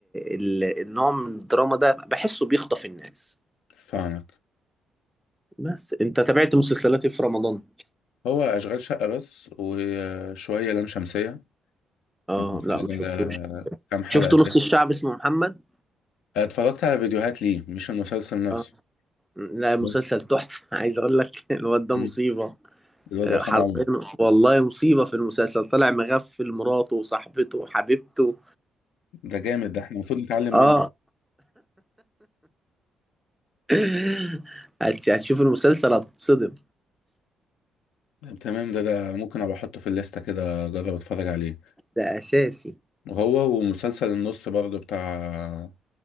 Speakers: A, in the centre; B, on the left.
A: ال- النوع من الدراما ده بحسه بيخطف الناس
B: فاهمك
A: بس انت تابعت مسلسلاتي في رمضان
B: هو اشغال شقه بس وشويه لام شمسيه
A: اه
B: كنت بتفرج
A: لا ما
B: على
A: شفتوش
B: كام حلقه
A: شفت نص
B: كده
A: الشعب اسمه محمد
B: اتفرجت على فيديوهات ليه مش المسلسل نفسه
A: اه لا مسلسل
B: بس
A: تحفة <laughs> عايز اقول لك الواد ده
B: مم.
A: مصيبة
B: الواد
A: آه،
B: عصام
A: حرفيا
B: عمر
A: والله مصيبة في المسلسل طلع مغفل مراته وصاحبته وحبيبته
B: ده جامد ده احنا المفروض نتعلم
A: اه
B: منه
A: <laughs> هت- هتشوف المسلسل هتتصدم
B: طب تمام ده ده ممكن ابقى احطه في الليسته كده اجرب اتفرج عليه
A: ده اساسي
B: هو ومسلسل النص برضه بتاع